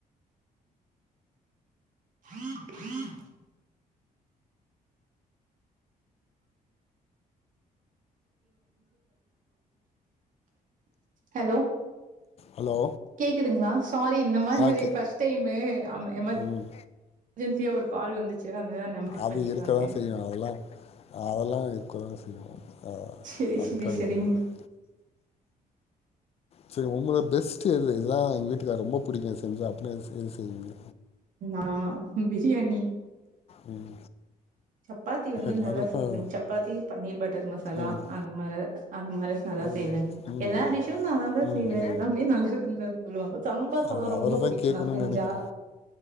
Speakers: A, on the right; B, on the left.
A: உம் உம் ஹலோ
B: ஹலோ
A: கேக்குதுங்களா சாரி இந்த மாதிரி
B: ஆ கே
A: பஸ்ட் டைமு அம எம
B: ம்
A: அர்ஜென்சியா ஒரு கால் வந்துச்சு அதனால நம்ம கட்
B: அது
A: பண்ணிட்டு
B: இருக்கதா
A: வந்துட்டேங்க
B: செய்யு அதெல்லா அதெல்லா இருக்கதா செய்யு ஆ
A: சரி
B: அதுக்காக
A: சரி
B: என்ன
A: சரிங்க
B: பண்ண முடியு சரிங்க உங்கள பெஸ்ட்டு இது இதுல்லா எங்க வீட்டுக்கார் ரொம்ப புடிக்கு செஞ்சா அப்படனே எது செய்வீங்க
A: ஆ பிரியாணி
B: ம்
A: சப்பாத்தி வந்து
B: எல்லாரு
A: நல்லா செய்வே
B: ஆ
A: சப்பாத்தி பன்னீர் பட்டர் மசாலா
B: ம்
A: அந்த மார அந்த மாரி நல்லா
B: அது
A: செய்வே
B: ம்
A: எல்லா டிஷ்ஷு நல்லாதா
B: ம் ம்
A: செய்வே
B: ம்
A: எல்லாமே நல்லா இருந்து சொல்லுவாங்க சாம்பா சாதம்
B: அது அவர
A: ரொம்ப
B: தா
A: புடிக்கு
B: கேட்கணும்னு
A: நா செஞ்சா
B: நெனைக்கிறே